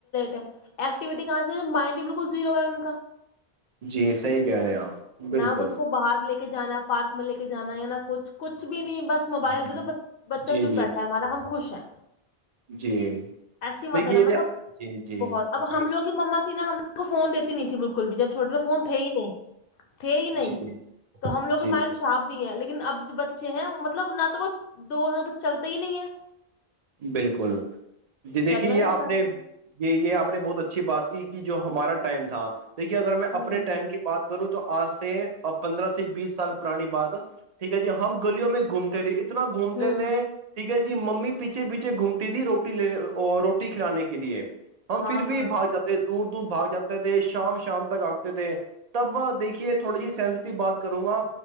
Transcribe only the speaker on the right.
جی صحیح کہہ رہے آپ بالکل
ہوں
جی
جی
جی
دیکھیے
جی جی
جی
جی جی
جی
بالکل جی دیکھیے
یہ
آپ
نے یہ یہ آپ نے بہت اچھی بات کی کہ جو ہمارا ٹائم تھا دیکھیے اگر
میں اپنے ٹائم کی بات وں تو آج سے پندرہ سے بیس سال پرانی بات ٹھیک ہے جی ہم گلیوں میں گھومتے تھے ا اتنا گھومتے
تھے ٹھیک ہے جی ممی پیچھے پیچھے گھومتی تھی روٹی لینے روٹی کھلانے کے لیے ہم
پھر
بھی بھاگ جاتے ہیں دور بھاگ جاتے تھے شام شام تک آگتے تھے تب دیکھیے تھوڑی جی سینٹیو بات کروں گا